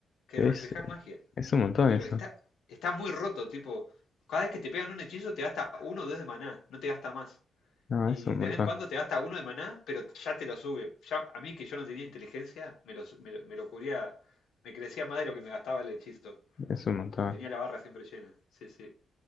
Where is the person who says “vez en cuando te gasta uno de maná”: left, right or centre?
Left